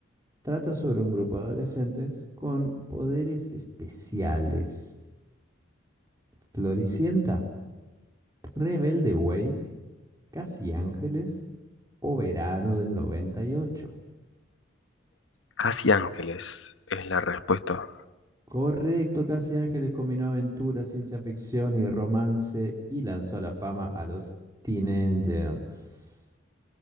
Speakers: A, on the right; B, on the left.
A: trata sobre un grupo de adolescentes con poderes especiales? ¿Floricienta? ¿Rebelde Way? ¿Casi Ángeles? o verano del 98.
B: Casi Ángeles es la respuesta.
A: Correcto, Casi Ángeles combinó aventura, ciencia ficción y romance y lanzó a la fama a los Teen Angels.